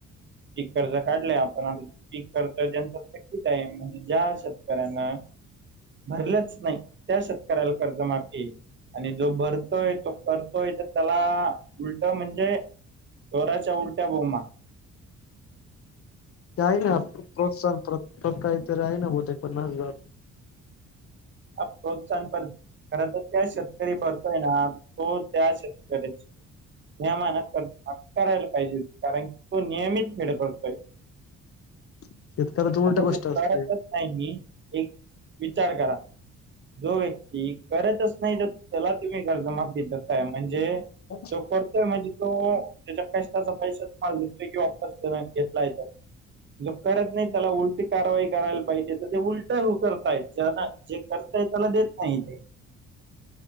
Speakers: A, on the right (about 40°); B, on the left (about 50°).
A: पीक कर्ज काढलंय आपण पीक कर्त त्यांचकीच आहे म्हणजे ज्या असत. ना भरलंच नाही. त्या शेतकऱ्याला कर्जमाफी आणि जो भरतोय तो करतोय तर त्याला उलट म्हणजे चोराच्या उलट्या बोंबा.
B: ते आहे ना प्रोत्साहन काहीतरी आहे ना बते पन्नास हार.
A: प्रोत्साहन प खर तरर त्या शेतकरी बरतोय ना तो त्या शेतकऱ्या. यामाना करायला पाहिजे कारण तो नियमित खडे पडतोय.
B: शेतकऱ्याच उलट
A: आता
B: गोष्ट
A: तू
B: असते.
A: करतच नाही मी एक विचार करा. जो व्यक्ती करतच नाही त्याला तुम्ही कर्जमाफी ज काय म्हणजे
B: हो.
A: तो करतोय म्हणजे तो त्याच्या कष्टाचा पैसाच माल देतोय कि वापस घेतला येतो. करत नाही त्याला उलटी कारवाई करायला पाहिजे तर ते उलट करतायत. जना जे करतय त्याला देत नाही ते.